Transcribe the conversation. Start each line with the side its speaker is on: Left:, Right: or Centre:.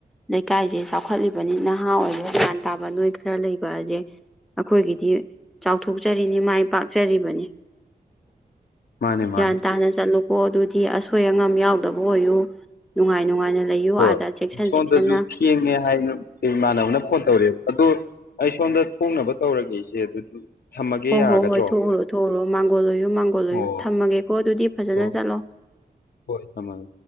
Centre: ꯂꯩꯀꯥꯏꯁꯦ ꯆꯥꯎꯈꯠꯂꯤꯕꯅꯤ ꯅꯍꯥ ꯑꯣꯏꯕ ꯟ ꯇꯥꯕ ꯅꯣꯏ ꯈꯔ ꯂꯩꯕ ꯑꯁꯦ ꯑꯩꯈꯣꯏꯒꯤꯗꯤ ꯆꯥꯎꯊꯣꯛꯆꯔꯤꯅꯤ ꯃꯥꯏ ꯄꯥꯛꯆꯔꯤꯕꯅꯤ
Left: ꯃꯥꯅꯦ ꯃꯥꯅꯦ
Centre: ꯌꯥ ꯇꯥꯅ ꯆꯂꯨ ꯍ ꯑꯗꯨ ꯤ ꯑꯁꯣꯏ ꯑꯉꯥꯝ ꯌꯥꯎꯗꯕ ꯑꯣꯏꯌꯨ ꯅꯨꯡꯉꯥꯏ ꯅꯨꯡꯉꯥꯏꯅ ꯂꯩꯌꯨ
Left: ꯍꯣꯏ
Centre: ꯑꯥꯗ ꯆꯦꯛꯁꯤꯟ
Left: ꯁꯣꯝꯗꯁꯨ
Centre: ꯆꯦꯛꯁꯤꯟꯅ
Left: ꯊꯦꯡꯉꯦ ꯍꯥꯏꯅ ꯑꯩ ꯏꯃꯥꯟꯅꯕꯅ ꯐꯣꯟ ꯇꯧꯔꯛꯑꯦ ꯑꯗꯨ ꯑꯩ ꯁꯣꯝꯗ ꯊꯣꯛꯣꯡꯅꯕ ꯇꯧꯔꯒꯦ ꯏꯆꯦ ꯑꯗꯨꯗꯤ ꯊꯝꯃꯒꯦ
Centre: ꯍꯣꯏ
Left: ꯌꯥꯒꯗ꯭ꯔꯣ
Centre: ꯍꯣꯏ ꯍꯣꯏ ꯊꯣꯛꯎꯔꯣ ꯊꯣꯛꯎꯔꯣ ꯃꯥꯡꯒꯣꯜ ꯂꯣꯏꯌꯨ ꯃꯥꯡꯒꯣꯜ ꯂꯣꯏꯨ
Left: ꯑꯣ
Centre: ꯊꯝꯃꯒꯦꯀꯣ ꯑꯗꯨꯗꯤ ꯐꯖꯅ
Left: ꯍꯣꯏ
Centre: ꯆꯠꯂꯣ
Left: ꯍꯣꯏ ꯊꯝꯃꯒꯦ